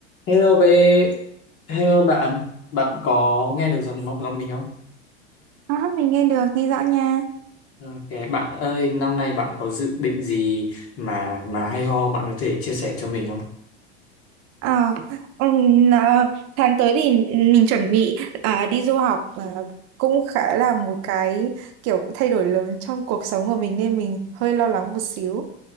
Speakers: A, on the left; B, on the right.
A: Hello bé, hello bạn, bạn có nghe được giọng giọng mình không?
B: À, mình nghe được, nghe rõ nha.
A: Ok, bạn ơi, năm nay bạn có dự định gì mà mà hay ho bạn có thể chia sẻ cho mình không?
B: Ờ, ừm, ờ, tháng tới thì mình chuẩn bị à, đi du học và cũng khá là một cái kiểu thay đổi lớn trong cuộc sống của mình nên mình hơi lo lắng một xíu.